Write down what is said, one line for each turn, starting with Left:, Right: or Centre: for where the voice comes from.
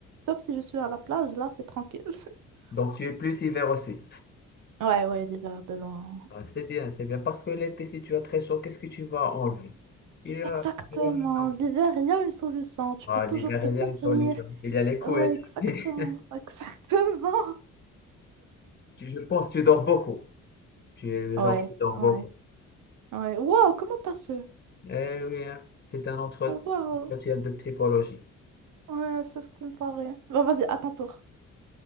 Right: Sauf si je suis à la plage, là, c'est tranquille. <laughs>
Left: Donc, tu es plus hiver aussi.
Right: Ouais, ouais, l'hiver de loin.
Left: Ah, c'est bien, c'est bien. Parce que l'été, si tu as très chaud, qu'est-ce que tu vas enlever? Il y a-
Right: Exactement.
Left: il y a- non.
Right: L'hiver, il y a une solution. Tu
Left: Ah,
Right: peux toujours
Left: l'hiver,
Right: te
Left: il
Right: couvrir.
Left: y a une solution. Il y a les couettes.
Right: Ouais, exactement.
Left: <laughs>
Right: <laughs> Exactement.
Left: Tu- Je pense que tu dors beaucoup. Tu es le
Right: Ouais,
Left: genre qui dort beaucoup.
Right: ouais, ouais. Waouh, comment t'as su?
Left: Eh oui, hein, C'est un autre
Right: Waouh.
Left: entretien de psychologie.
Right: Ouais, c'est ce qui me paraît. Bon, vas-y, à ton tour.